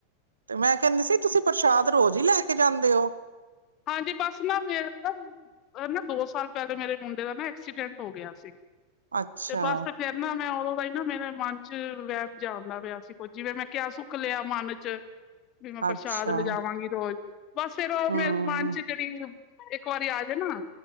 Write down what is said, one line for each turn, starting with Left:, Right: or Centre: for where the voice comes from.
Right: ਤੇ ਮੈਂ ਕੇਂਦੀ ਸੀ ਤੁਸੀਂ ਪ੍ਰਸ਼ਾਦ ਰੋਜ਼ ਈ ਲੈ ਕੇ ਜਾਂਦੇ ਔ?
Left: ਹਾਂਜੀ! ! ਬਸ ਨਾ ਮੈਂ ਨਾ ਔ ਨਾ ਦੋ ਸਾਲ ਪੇਲੇ ਮੇਰੇ ਮੁੰਡੇ ਦਾ ਨਾ ਐਕਸੀਡੈਂਟ ਹੋ ਗਿਆ ਸੀ।
Right: ਅੱਛਾ
Left: ਤੇ ਬਸ ਫੇਰ ਨਾ ਮੈਂ ਔਦੋਂ ਦਾ ਈ ਨਾ ਮੇਰੇ ਮਨ ਚ ਵੈ ਜਿਹਾ ਆਂਦਾ ਪਿਆ ਸੀ ਕੁੱਝ ਜਿਵੇਂ ਮੈਂ ਕਿਆ ਸੁੱਖ਼ ਲਿਆ ਮਨ ਚ। ਵੀ ਮੈਂ ਪ੍ਰਸ਼ਾਦ
Right: ਅੱਛਾ
Left: ਲਿਜਾਵਾਂਗੀ ਰੋਜ। ਬਸ ਫੇਰ ਔ
Right: ਹਮ
Left: ਮੇਰ ਮਨ ਚ ਜੇੜੀ ਔ ਏ ਇੱਕ ਵਾਰੀ ਆ ਜੇ ਨਾ